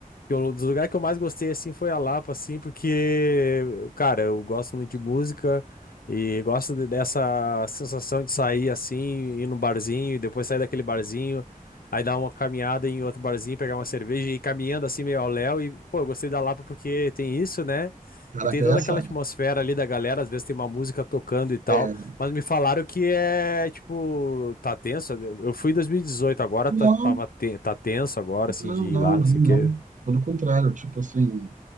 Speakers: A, on the left (about 80°); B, on the right (about 60°).
A: que eu- dos lugares que eu mais gostei, assim, foi a Lapa, assim, porque, cara, eu gosto muito de música e gosto de- dessa sensação de sair, assim, ir num barzinho e depois sair daquele barzinho, aí dar uma caminhada em outro barzinho, pegar uma cerveja e ir caminhando, assim, meio ao léu. E, pô, eu gostei da Lapa porque tem isso, né?
B: Caraca,
A: E tem toda
B: essa
A: aquela atmosfera ali da galera, às vezes tem uma música tocando e tal,
B: é.
A: mas me falaram que é, tipo, tá tenso. Eu fui em 2018, agora
B: Não,
A: tá, tava, te- tá tenso agora, assim,
B: não,
A: de ir
B: não,
A: lá,
B: nem
A: não sei
B: não.
A: o quê.
B: Pelo contrário, tipo assim,